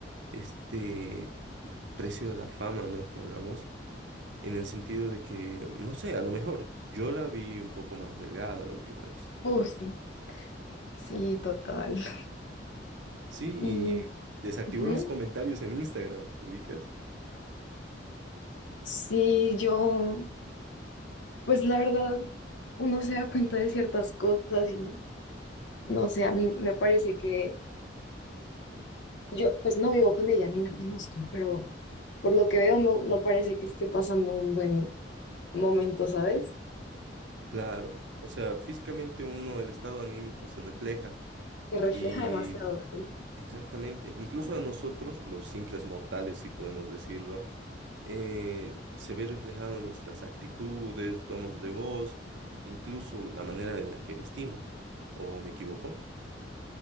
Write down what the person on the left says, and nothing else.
Uh, sí, sí, total. <laughs>
Y
ujú,
sí, yo, pues la verdad, uno se da cuenta de ciertas cosas y no sé, a mí me parece que yo, pues no vivo con ella ni la conozco, pero por lo que veo no, no parece que esté pasando un buen momento, ¿sabes?
Que
refleja demasiado, sí.